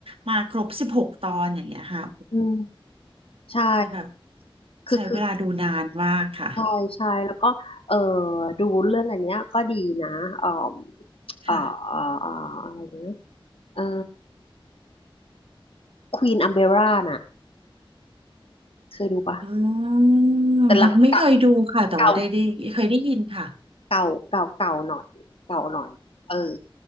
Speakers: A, on the right; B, on the left.
A: มาครบสิบหกตอนอย่างเงี้ยค่ะ
B: อืมใช่
A: จะแบบ
B: คือคือ
A: ใช้เวลาดูนานมากค่ะ
B: ใช่ใช่แล้วก็เออดูเรื่องอันเนี้ยก็ดีนะเอ่อเอ่อเอ่อเอ่ออะไรนะ
A: ค่ะ
B: เอ่อควีนอัมเบร่าน่ะ เคยดูปะ
A: อืม
B: แต่หลังเก่า
A: ยังไม่เคยดูค่ะแต่ว่าได้ได้เคยได้ยินค่ะ
B: เก่าเก่าเก่าเก่าหน่อยเก่าหน่อยเออ